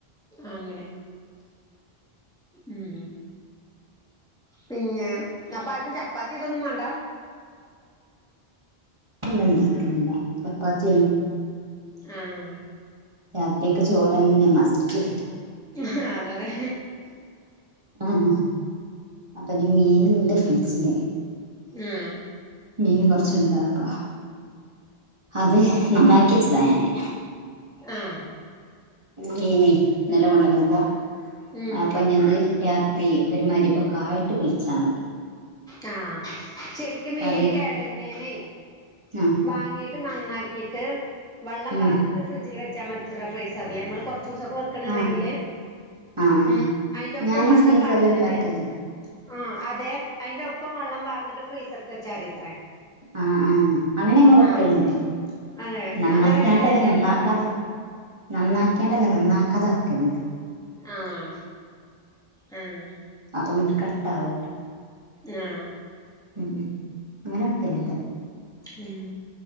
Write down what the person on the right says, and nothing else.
ന്നുണ്ടാക്കലില്ല ചപ്പാത്തിയൊന്നും.
രാത്രിക്ക് ചോറ് തന്നെ മസ്റ്റ്.
ആണോ അപ്പോ ഞ് മീനുണ്ട് ഫ്രിഡ്ജില്.
മീൻ കൊറച്ചുണ്ട് അപ്പോ അത് നന്നാക്കിച്ചതാ ഞാന്.
മീന് ന്നലെ കൊണ്ടുന്നപ്പോ
അപ്പോ ഞത് രാ ത്രി ഒരു മഅരിപൊക്കായിട്ട് പൊരിച്ചാ മതി.
കറി
ആഹ്
ഉം
ആഹ് ആഹ് ആഹ്
ഞാന്
ഫ്രീസറിലെന്നെ
വെക്കല്
ആഹ് ആഹ് അങ്ങനെമ്മ വെക്കലുണ്ട്
നന്നാക്കിയാണ്ടല്ല
നന്നാക്കാതെ.
നന്നാക്കിണ്ടല്ല നന്നാക്കാതെ വക്കലുണ്ട്.
അപ്പൊ പിന്നെ കെട്ടാവൂല.
ഉം ഉം അങ്ങനെ വെക്കലല്ല.